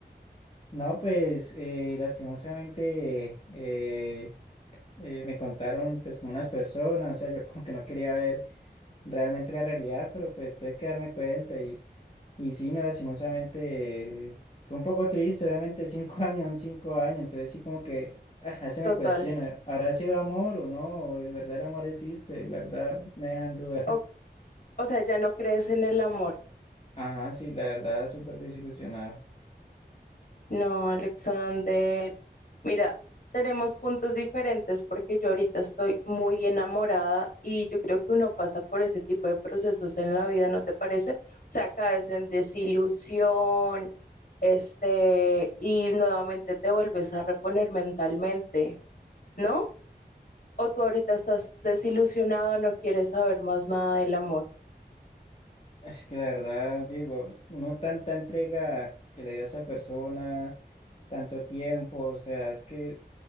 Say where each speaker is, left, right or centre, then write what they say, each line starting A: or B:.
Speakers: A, on the left; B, on the left.
A: No, pues eh, lastimosamente eh, eh, me contaron pues como unas personas, o sea, yo como que no quería ver realmente la realidad, pero pues tuve que darme cuenta Y sí, no, lastimosamente fue un poco triste, obviamente cinco <laughs> años, son cinco años, entonces sí como que ah, se me
B: total.
A: cuestiona, ¿habrá sido amor o no? ¿O ¿De verdad el amor existe? La verdad me dejan duda.
B: O, o sea, ya no crees en el amor.
A: <laughs> Ajá, sí, la verdad súper desilusionado.
B: No, Alexander. Mira, tenemos puntos diferentes porque yo ahorita estoy muy enamorada y yo creo que uno pasa por ese tipo de procesos en la vida, ¿no te parece? O sea, caes en desilusión, este, y nuevamente te vuelves a reponer mentalmente, ¿no? O tú ahorita estás desilusionado, no quieres saber más nada del amor.
A: Es que la verdad, digo, uno tanta entrega que le dio a esa persona, tanto tiempo, o sea, es que